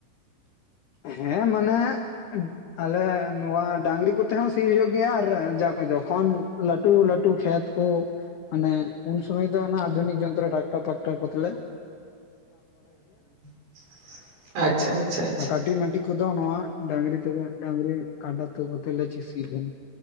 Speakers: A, on the left; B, on the right.
A: ᱦᱮᱸ ᱢᱟᱱᱮᱜ ᱩᱸᱜ ᱟᱞᱮ ᱱᱚᱶᱟ ᱰᱟᱝᱨᱤ ᱠᱚᱛᱮ ᱦᱚᱸ ᱥᱤ ᱦᱳᱭᱳᱜ ᱜᱮᱭᱟ ᱟᱨ ᱡᱟ ᱡᱚᱠᱷᱚᱱ ᱞᱟᱹᱴᱩ ᱞᱟᱹᱴᱩ ᱠᱷᱮᱛ ᱠᱚ ᱢᱟᱱᱮ ᱩᱱ ᱥᱩᱢᱟᱹᱭ ᱫᱚ ᱚᱱᱟ ᱟᱫᱷᱩᱱᱤᱠ ᱡᱚᱱᱛᱨᱚ ᱴᱟᱠᱴᱟᱨ ᱯᱷᱟᱠᱴᱟᱨ ᱠᱚᱛᱮ ᱞᱮ
B: <inaudible> ᱟᱪᱪᱷᱟ ᱟᱪᱪᱷᱟ ᱟᱪᱷᱟ᱾
A: ᱠᱟᱹᱰᱤ ᱢᱟᱹᱰᱤ ᱠᱚᱫᱚ ᱱᱚᱣᱟ ᱰᱟᱝᱨᱤ ᱛᱮᱜᱮ ᱰᱟᱝᱨᱤ ᱠᱟᱸᱰᱟ ᱛᱮ ᱜᱚᱛᱮᱞᱮ ᱪᱤ ᱥᱤ ᱠᱚᱣᱟ᱾